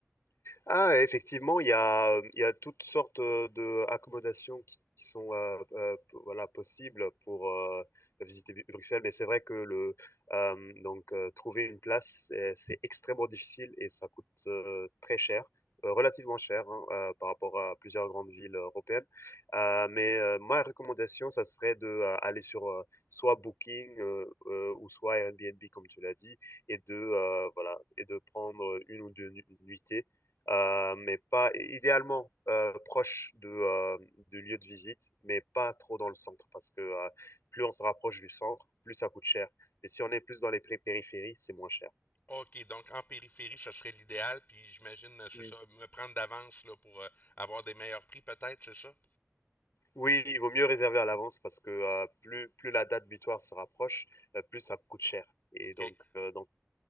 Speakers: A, on the left (about 75°); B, on the left (about 40°).
A: Ah, effectivement, il y a, il y a toutes sortes euh, de accommodations qui qui sont euh, euh, p- voilà possibles pour euh, visiter Bu- Bruxelles, mais c'est vrai que le euh, donc euh, trouver une place c'est c'est extrêmement difficile et ça coûte euh, très cher, euh, relativement cher hein, euh, par rapport à plusieurs grandes villes européennes. Euh, mais euh, ma recommandation, ça serait de euh, aller sur euh, soit Booking euh, euh, ou soit Airbnb comme tu l'as dit et de euh, voilà et de prendre une ou deux nu- nuitées euh, mais pas idéalement euh, proche de, euh, du lieu de visite, mais pas trop dans le centre, parce que euh, plus on se rapproche du centre, plus ça coûte cher. Et si on est plus dans les pré- périphéries, c'est moins cher.
B: OK, donc en périphérie, ça serait l'idéal, puis j'imagine, euh, c'est
A: Mm.
B: ça, me prendre d'avance là pour euh, avoir des meilleurs prix peut-être, c'est ça?
A: Oui, il vaut mieux réserver à l'avance parce que euh, plus, plus la date butoir se rapproche, euh, plus ça coûte cher. Et
B: OK.
A: donc, euh, donc